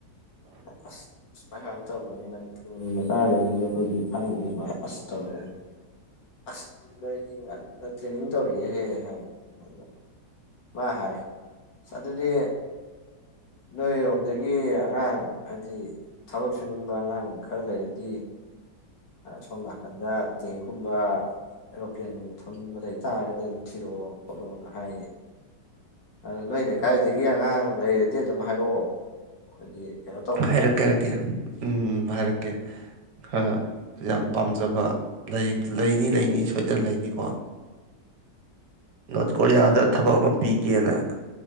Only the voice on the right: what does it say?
ꯍꯥꯏꯔꯛꯀꯦ ꯍꯥꯏꯔꯛꯀꯦ ꯎꯝ ꯍꯥꯏꯔꯛꯀꯦ ꯈꯔ ꯌꯥꯝ ꯄꯥꯝꯖꯕ ꯂꯩ ꯂꯩꯅꯤ ꯂꯩꯅꯤ ꯁꯣꯏꯗꯅ ꯂꯩꯅꯤꯀꯣ ꯅꯣꯔꯠ ꯀꯣꯔꯤꯌꯥꯗ
ꯊꯕꯛ ꯑꯃ ꯄꯤꯒꯦꯅ